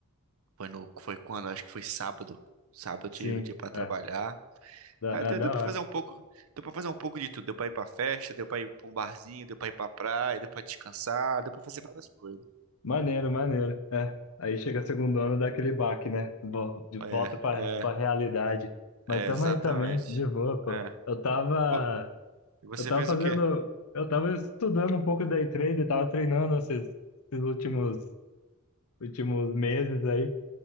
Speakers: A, on the right (about 80°); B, on the left (about 80°).
A: foi no, foi quando, acho que foi sábado. Sábado eu
B: Sim,
A: tirei o dia pra trabalhar.
B: é. Da,
A: Ah,
B: é
A: deu,
B: da
A: deu pra
B: hora.
A: fazer um pouco, deu pra fazer um pouco de tudo. Deu pra ir pra festa, deu pra ir pra um barzinho, deu pra ir pra praia, deu pra descansar, deu pra fazer várias coisas.
B: Maneiro, maneiro. É. Aí chega a segundona, dá aquele baque, né? Vol- De volta
A: É,
B: pra,
A: é,
B: pra realidade. Mas
A: é,
B: tamo
A: exatamente.
B: aí também, de boa, pô.
A: É.
B: Eu tava.
A: Vo- E você
B: Eu tava
A: fez
B: fazendo.
A: o quê?
B: Eu tava estudando um pouco day trade, tava treinando esses, esses últimos, últimos meses aí.